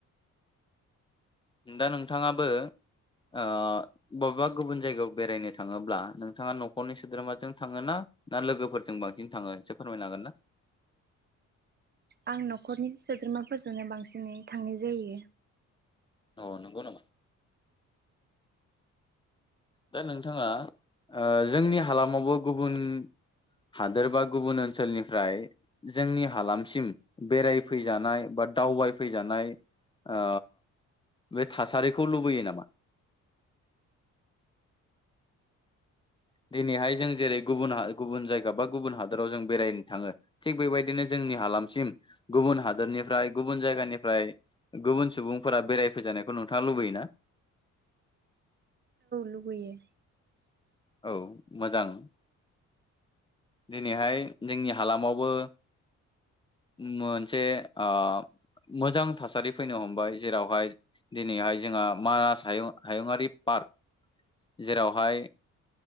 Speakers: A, on the left (about 15°); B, on the right (about 35°).
A: दा नोंथाङाबो ओ बबेबा गुबुन जायगायाव बेरायनो थाङोब्ला नोंथाङा न'खरनि सोद्रोमाजों थाङो ना ना लोगोफोरजों बांसिन थाङो एसे फोरमायनो हागोन ना?
B: आं न'खरनि सोद्रोमाफोरजोंनो बांसिनै थांनाय जायो।
A: अ नंगौ नामा? दा नोंथाङा ओ जोंनि हालामावबो गुबुन हादोर बा गुबुन ओनसोलनिफ्राय जोंनि हालामसिम बेरायफैजानाय बा दावबायफैजानाय ओ बे थासारिखौ लुबैयो नामा? दिनैहाय जों जेरै गुबुन गुबुन जायगा बा गुबुन हादोराव जों बेरायनो थाङो थिग बेबायदिनो जोंनि हालामसिम गुबुन हादोरनिफ्राय गुबुन जायगानिफ्राय गुबुन सुबुंफोरा बेरायफैजानायखौ नोंथाङा लुबैयोना?
B: लुगैयो
A: औ मोजां। दिनैहाय जोंनि हालामावबो मोनसे ओ मोजां थासारि जेरैहाय दिनैहाय जोंहा मानास हायुङारि पार्क जेरैहाय